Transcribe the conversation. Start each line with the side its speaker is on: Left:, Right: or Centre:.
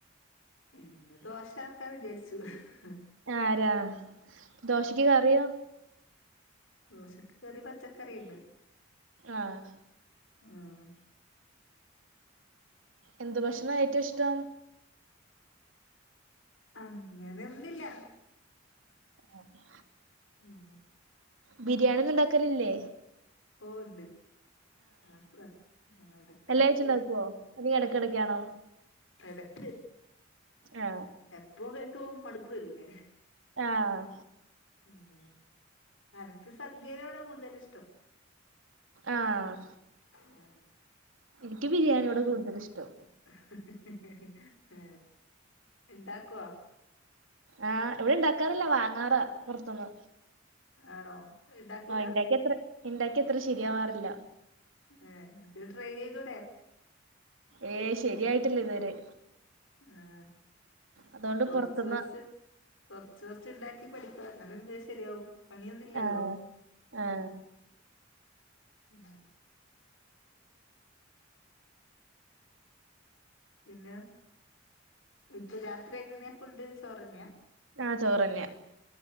Left: ഇന്ത്‌ ദോശക്കാ വിചാരിച്ചു ഹ്ഹ്
Right: ആരാ ദോശക്ക് കറിയോ
Left: ദോശക്ക് കറി പച്ചക്കറി ഉണ്ട്
Right: ആഹ്
Left: ഉം
Right: എന്തു ഭക്ഷണാ ഏറ്റോഷ്ടം
Left: അങ്ങനൊന്നില്ല
Right: ആഹ്
Left: ഉം
Right: ബിരിയാണിന്നുണ്ടാക്കലില്ലേ
Left: ഓ ണ്ട് ആഹ് എടക്കാക്കു
Right: എല്ലാ ആഴ്ച ഉണ്ടാക്കുവോ അതി ഇടക്കിടക്കാണോ
Left: എടക്ക്
Right: ആഹ്
Left: എപ്പൊ കഴിക്കുമ്പം മടുപ്പ് വരൂല്ലേ
Right: ആഹ്
Left: ഉം അനക്ക് സദ്യയിലോട കൂടുതല്ഷ്ടം
Right: ആഹ്
Left: ഉം
Right: ഇനിക്ക് ബിരിയാണിയോട് കൂടുതലിഷ്ടം
Left: ഹ്ഹ്ഹ്ഹ്ഹ ആ ഇണ്ടാക്കുവൊ
Right: ആഹ് ഇവിടെണ്ടാക്കാറില്ല വാങ്ങാറാ പൊറത്തുന്ന്
Left: ആണോ ഇണ്ടാക്കൂല
Right: ആ ഇണ്ടാക്ക്യാത്ര ഇണ്ടാക്ക്യാത്ര ശരിയാവാറില്ല
Left: ഏ ഇനി ട്രൈയ്തൂടെേ
Right: ഏയ് ശരിയായിട്ടില്ലിതുവരെ
Left: ആഹ്
Right: അതുകൊണ്ട്
Left: കൊറച്ച്
Right: പുറത്തുന്ന്
Left: കൊച്ച് കൊറച്ച് കൊറച്ച്ണ്ടാക്കി പഠിക്കുവ അങ്ങനെ ശെരിയാവും പണിയൊന്നുംല്ലല്ലോ
Right: ആഹ് ആഹ്
Left: ഉം പിന്നെ ഇപ്പൊ രാത്രി എങ്ങനെയാ ഫുഡ് ചോറന്നാ
Right: ആ ചോറന്നെയ